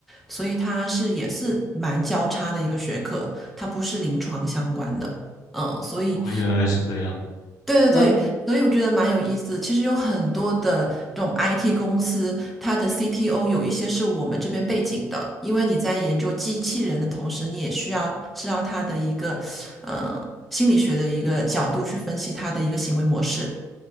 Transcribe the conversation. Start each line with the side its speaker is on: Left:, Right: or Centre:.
Centre: 所以它是也是蛮交叉的一个学科，它不是临床相关的。嗯，所以
Left: 哦，原来是这样。
Centre: 对对对，
Left: 那
Centre: 所以我觉得蛮有意思的。其实有很多的这种 IT 公司，它的 CTO 有一些是我们这边背景的，因为你在研究机器人的同时，你也需要知道它的一个呃心理学的一个角度去分析它的一个行为模式。